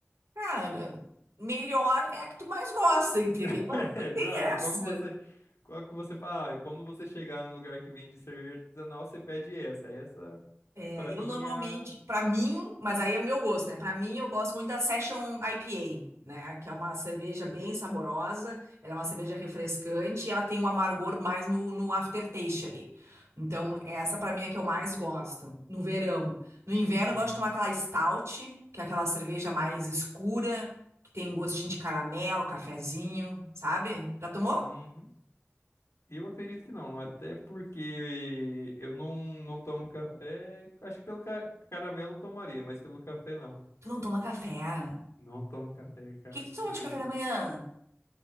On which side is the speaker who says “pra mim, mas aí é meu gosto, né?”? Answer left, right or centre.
Right